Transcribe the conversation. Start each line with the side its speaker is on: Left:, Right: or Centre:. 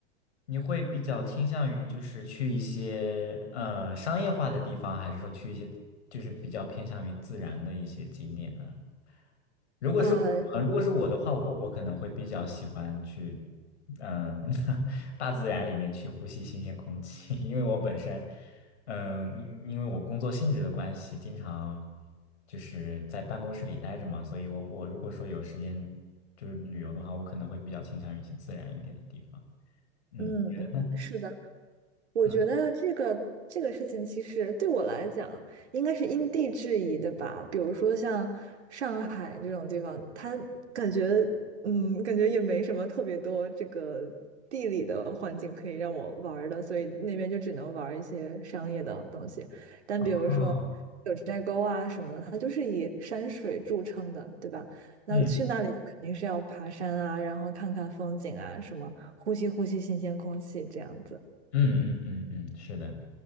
Left: 你会比较倾向于就是去一些呃商业化的地方，还是说去一些就是比较偏向于自然的一些景点呢？如果是我，
Right: 呃
Left: 呃如果是我的话，我我可能会比较喜欢去，嗯、<laughs> 大自然里面去呼吸新鲜空气，<laughs> 因为我本身，嗯、因因为我工作性质的关系，经常就是在办公室里待着嘛，所以我我如果说有时间就是旅游的话，我可能会比较倾向于去自然一点的地方。嗯，
Right: 嗯嗯，
Left: 你觉得呢？
Right: 是的。我觉得这个这个事情，
Left: 嗯，
Right: 其实对我来讲，应该是因地制宜的吧。比如说像上海这种地方，它感觉，嗯，感觉也没什么特别多这个地理的环境可以让我玩儿的，所以那边就只能玩儿一些商业的东西。但比如说
Left: 哦，
Right: 九寨沟啊什么的，它就是以山水著称的，对吧？那去那里就肯定是要爬山啊，
Left: 嗯。
Right: 然后看看风景啊，什么呼吸呼吸新鲜空气这样子。
Left: 嗯嗯嗯嗯，是的，